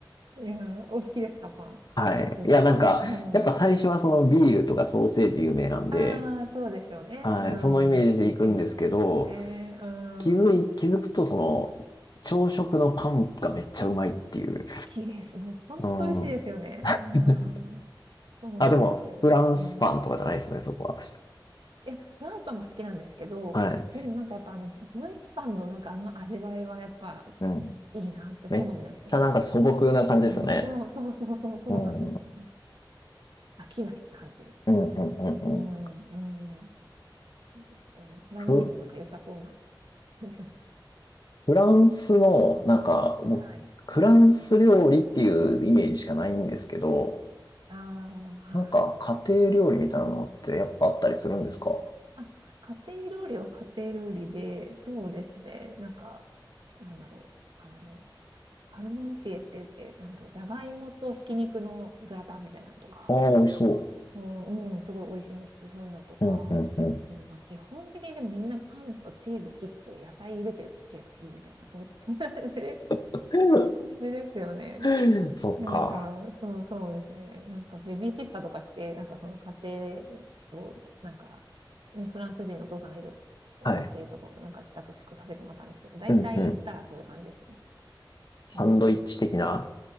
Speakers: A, on the right (about 75°); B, on the left (about 55°).
A: いやー、お好きですか、パン。
B: はい。
A: ドイツパン。
B: いや、なんか、
A: うん、
B: やっぱ最初はそのビールとかソーセージ有名なんで、
A: ああ、そうですよね。うん、
B: はい。そのイメージで行くんですけど、
A: そっちになってますよね。う
B: 気づい、
A: ん、好
B: 気づくとその、朝食のパンがめっちゃうまいっていう。
A: きです。もう本当美味しいですよね。
B: うん。<laughs>
A: いやー、そうなんですよ。
B: あ、でも、フランスパンとかじゃないですね、
A: うん。
B: そこは。
A: いや、フランスパンも好きなんですけど、
B: はい。
A: でもなんかやっぱあの、ドイツパンのなんかあの味わいはやっぱ
B: うん。
A: いいなって好みなんですよ、
B: めっちゃなんか素朴な感じですよね。
A: 私も。えーそうそうそうそうそうなんですよ。
B: うん。うん、
A: 飽きない感じ。
B: うん、うん、
A: うん、
B: うん。
A: うん。そうですね。体にもなんか良さそうな
B: フ、
A: 感じが。
B: フランスの、なんか、もうフランス料理っていうイメージしかないんですけど、
A: はい。ああ、はい。
B: なんか家庭料理みたいなのってやっぱあったりするんですか
A: あ、家庭料理は家庭料理で、そうですね。なんか、なんだろう。あの、パルモンティエって言って、なんだろう、じゃがいもとひき肉のグラタンみたいなのとか、
B: ああ、美味しそ
A: うん、うんすごい美味しいんです。そういうのとか。
B: う。うん、うん、うん。
A: うんまあ、基本的にでもみんなパンとチーズ切って野菜茹でておけばいいみたいな、そんな感じ
B: <laughs>
A: 感じですよね。
B: <laughs> そっか。
A: なんか、そうそうですね。なんかベビーシッターとかして、なんかその家庭を、なんか、ね、フランス人のお父さんがいる
B: はい。
A: 家庭とかをなんか支度宿させてもらったんですけど、大体行ったらそういう感じですね。
B: うんうん。サンドイッチ的な。
A: うん。